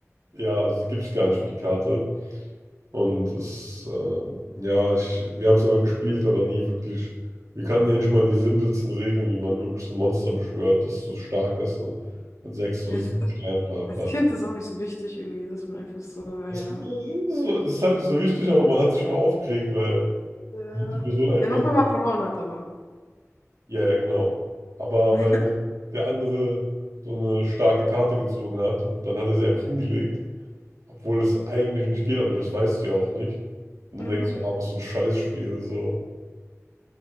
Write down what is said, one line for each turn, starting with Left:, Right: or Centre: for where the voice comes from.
Right: ja, also die gibt es gar nicht für die Karte. Und es, äh, ja, ich, wir haben es aber gespielt, aber nie wirklich. Wir kannten ja nicht mal die simpelsten Regeln, wie man wirklich so ein Monster beschwört, das so stark ist, so mit sechs oder
Left: Als,
Right: sieben Sternen, bla bla.
Left: als Kind ist auch nicht so wichtig irgendwie, dass man einfach so, naja.
Right: Es ist, so, es ist halt nicht so wichtig, aber man hat sich schon mal aufgeregt, weil
Left: Ja.
Right: die Person einfach
Left: Ja, nur wenn man
Right: so,
Left: verloren hat, aber.
Right: ja, ja, genau. Aber
Left: Mhm.
Right: weil halt der andere so eine starke Karte gezogen hat und dann hat er sie einfach hingelegt, obwohl es eigentlich nicht geht, aber das weißt du ja auch nicht. Und dann
Left: <laughs>
Right: denkst du, ah, was für ein Scheißspiel, so.